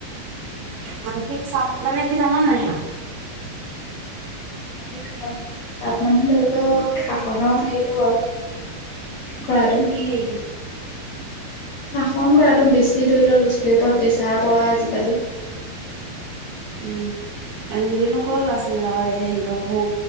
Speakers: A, on the right; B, on the left.
A: মানসিক চাপ মানে কি জানা নাই হা?
B: মানসিক চাপ, চাপ মানে ধৰি লওক শাসনৰ হেৰিটো আৰু কৰাটো।
A: কি সেইটো?
B: শাসন কৰাতো বেছি ধৰি লও ল'ৰা - ছোৱালীৰ ওপৰত প্ৰেছাৰ পৰা আজিকালি
A: উম, আজিকালি নো কত লৰা - ছোৱালীৰ লগত সে সেইকন হও